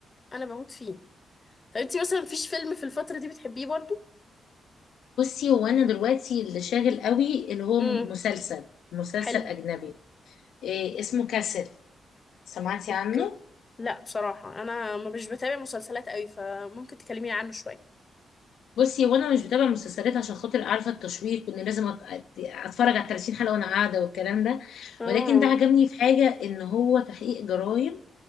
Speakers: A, on the left; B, on the left.
A: انا بموت فيه طب انتي مثلا مفيش فيلم في الفتره دي بتحبيه برضو
B: بصي هو انا دلوقتي اللي شاغل قوي اللي هو
A: امم
B: مسلسل مسلسل
A: حلو
B: اجنبي إيه اسمه كاسل سمعتي
A: اوكي
B: عنه
A: لا بصراحه انا ما مش بتابع مسلسلات قوي فممكن تكلميني عنه شويه
B: بصي وانا مش بتابع مسلسلات عشان خاطر عارفه التشويق وان لازم أت- أت- اتفرج على 30 حلقه وانا قاعده والكلام ده
A: اه
B: ولكن ده عجبني في حاجه ان هو تحقيق جرائم